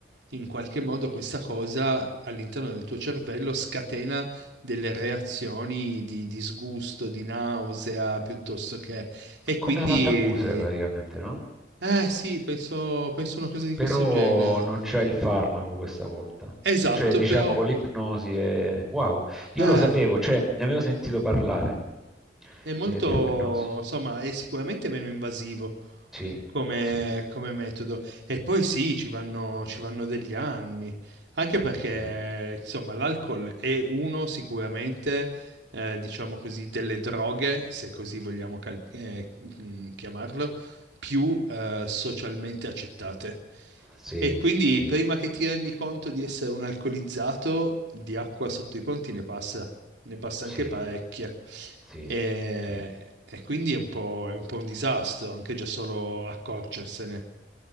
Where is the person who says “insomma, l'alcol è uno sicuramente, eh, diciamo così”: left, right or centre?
Right